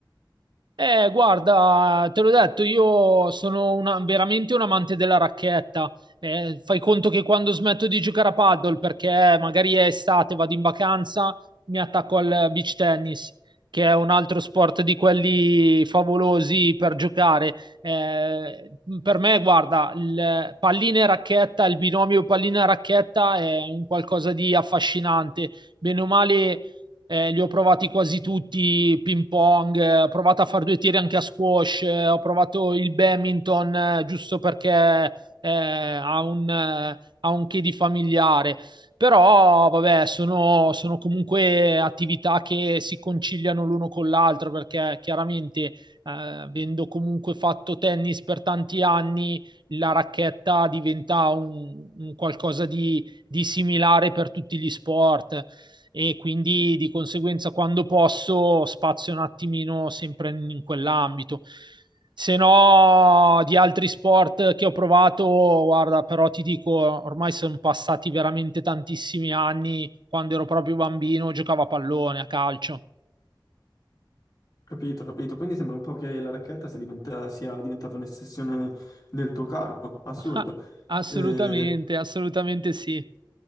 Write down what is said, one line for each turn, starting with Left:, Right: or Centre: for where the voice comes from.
Right: Eh, guarda, te l'ho detto, io sono una- veramente un amante della racchetta. Eh, fai conto che quando smetto di giocare a paddle, perché magari è estate, vado in vacanza, mi attacco al beach tennis, che è un altro sport di quelli favolosi per giocare. Eh, per me, guarda, il pallina e racchetta, il binomio pallina e racchetta è un qualcosa di affascinante. Bene o male eh, li ho provati quasi tutti, ping pong, eh, ho provato a fare due tiri anche a squash, eh, ho provato il badminton eh, giusto perché eh, ha un, eh, ha un che di familiare. Però, vabbè, sono, sono comunque attività che si conciliano l'uno con l'altro perché chiaramente, eh, avendo comunque fatto tennis per tanti anni, la racchetta diventa un, un qualcosa di, di similare per tutti gli sport e quindi di conseguenza quando posso spazio un attimino sempre in quell'ambito. Se no, di altri sport che ho provato, guarda, però ti dico, ormai sono passati veramente tantissimi anni. Quando ero proprio bambino, giocavo a pallone, a calcio.
Left: Capito, capito. Quindi sembra un po' che la racchetta sia, diventa- sia diventata un'ossessione nel tuo corpo. Assurdo.
Right: <laughs> Assolutamente,
Left: Eh,
Right: assolutamente sì.